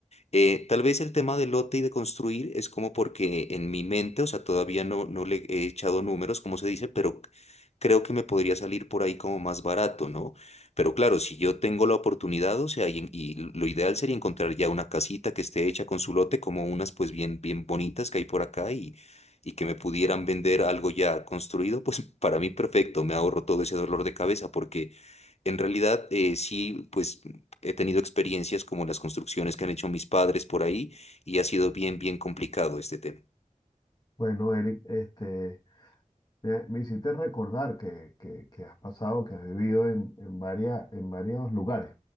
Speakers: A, on the left; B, on the left.
A: eh, tal vez el tema del lote y de construir es como porque en mi mente, o sea, todavía no, no le he echado números, como se dice, pero creo que me podría salir por ahí como más barato, ¿no? Pero claro, si yo tengo la oportunidad, o sea, y, y lo ideal sería encontrar ya una casita que esté hecha con su lote, como unas pues bien, bien bonitas que hay por acá y, y que me pudieran vender algo ya construido, pues <laughs> para mí perfecto, me ahorro todo ese dolor de cabeza porque... En realidad, eh, sí, pues he tenido experiencias como las construcciones que han hecho mis padres por ahí y ha sido bien, bien complicado este tema.
B: Bueno, Eric, este, me, me hiciste recordar que, que- que has pasado, que has vivido en, en, varia- en varios lugares.